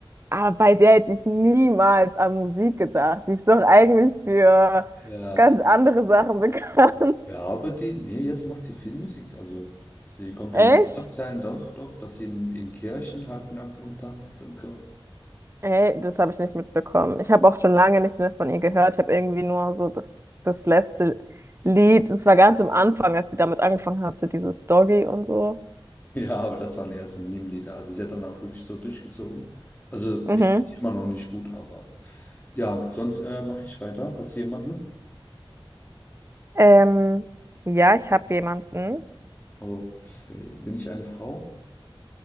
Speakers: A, on the right; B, on the left.
A: ah, bei der hätte ich niemals an Musik gedacht. Die ist doch eigentlich für
B: Ja,
A: ganz andere Sachen bekannt. <laughs>
B: ja, aber die, nee, jetzt macht sie viel Musik. Also sie kommt
A: Echt?
B: in den Schlagzeilen doch, doch, dass sie in, in Kirchen halt nackt rumtanzt und so.
A: Ey, das habe ich nicht mitbekommen. Ich habe auch schon lange nichts mehr von ihr gehört. Ich habe irgendwie nur so das, das letzte Lied. Es war ganz am Anfang, als sie damit angefangen hatte, dieses Doggy und so.
B: Ja, aber das waren eher so Meme-Lieder. Also sie hat dann auch wirklich so durchgezogen. Also
A: Mhm.
B: ich kenne sie immer noch nicht gut, aber ja, sonst äh, mache ich weiter. Hast du jemanden?
A: Ähm, ja, ich habe jemanden.
B: Okay. Bin ich eine Frau?